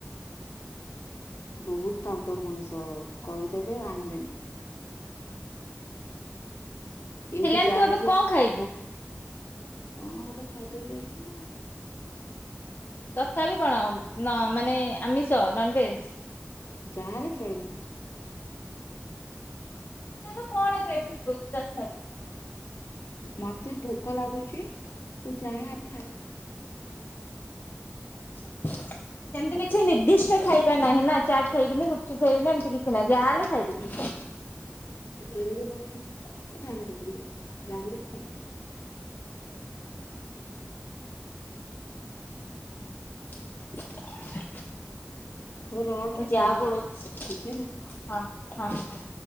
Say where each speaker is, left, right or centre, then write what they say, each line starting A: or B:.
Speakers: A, on the left; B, on the left.
A: ବହୁତ ଟାଉଟର ମଣିଷ କହିଦେବେ ଆଣିବେନି। ଏଇଠୁ
B: ଫିଲାଲ
A: ଯାଉଛି
B: ତୁ ଏବେ କଣ
A: ଆସି
B: ଖାଇବୁ?
A: କଣ ଗୋଟେ ଖାଇଦେବି ଏଇକିନା।
B: ତଥାପି କଣ ମାନେ ଆମିଷ ନନଭେଜ।
A: ଯାହାଲେ ବି ଚଳିବ।
B: ନା କଣ ଏବେ <unintelligible>
A: ମୋତେ ଭୋକ ଲାଗୁଛି ତ ଯାହା ଖାଇଲେ।
B: <unintelligible> ସେମିତି କିଛି ନିର୍ଦ୍ଦିଷ୍ଟ ଖାଇବା ନାହିଁ ନା ଚାଟ ଖାଇବିନି ଗୁପଚୁପ ଖାଇବିନି ଏମିତି କିଛି ନାହିଁ ଯାହା ହେଲେ ଖାଇବି।
A: ଘରେ ବି ଭଲଇ ହଉ କି ବାହାରେ ବି ହଉ ଯାହାଲେ ବି ଖାଇବି।
B: <unintelligible>
A: ହଉ ରଖେ
B: ମୁଁ ଯା
A: ଭାଇ
B: ପଳଉଛି
A: ଆସୁଛି ହେଲା।
B: ହଁ ହଁ।